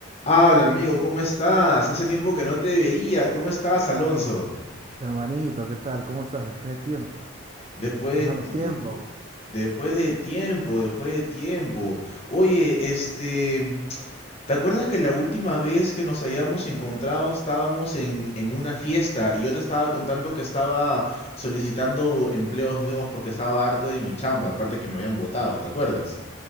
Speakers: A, on the left (about 30°); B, on the right (about 30°).
A: Habla, amigo, ¿cómo estás? Hace tiempo que no te veía. ¿Cómo estás, Alonso?
B: Hermanito, ¿qué tal? ¿Cómo estás después de tiempo?
A: Después
B: ¿Te estás
A: de
B: dando
A: tiempo.
B: tiempo?
A: Después de tiempo, después de tiempo. Oye, este, ¿te acuerdas que la última vez que nos habíamos encontrado estábamos en, en una fiesta y yo te estaba contando que estaba solicitando empleos nuevos porque estaba harto de mi chamba, aparte que me habían votado, ¿te acuerdas?